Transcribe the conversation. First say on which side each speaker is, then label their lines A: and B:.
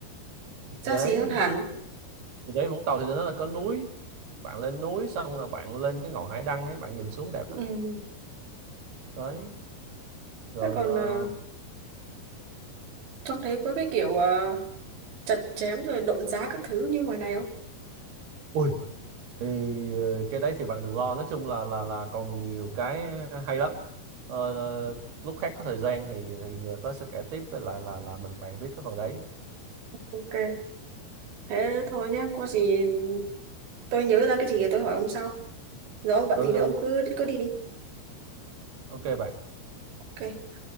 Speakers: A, on the right (about 65°); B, on the right (about 80°).
A: thì
B: ra
A: đấy
B: gì hơn hẳn
A: thì đấy Vũng Tàu thì nó là có núi bạn lên núi xong rồi bạn lên cái ngọn hải đăng ấy bạn nhìn xuống đẹp
B: ừ.
A: lắm đấy rồi
B: thế còn
A: ờ,
B: à, trông thấy có cái kiểu à, chặt chém rồi độn giá các thứ như ngoài này không
A: ui thì ờ, cái đấy thì bạn đừng lo nói chung là là là còn nhiều cái hay lắm Ờ, ờ, lúc khác có thời gian thì thì ờ, tớ sẽ kể tiếp với lại là là mình bàn tiếp cái phần đấy
B: ok thế thôi nhá có gì tôi nhớ ra cái gì thì tôi hỏi ông sau rồi ông bận
A: ừ
B: gì thì
A: ừ
B: ông cứ cứ đi đi
A: ok bạn
B: ok